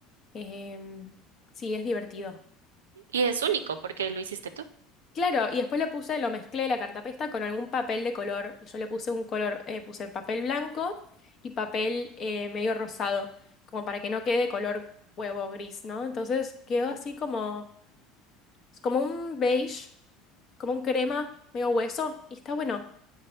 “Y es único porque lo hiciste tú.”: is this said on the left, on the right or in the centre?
Right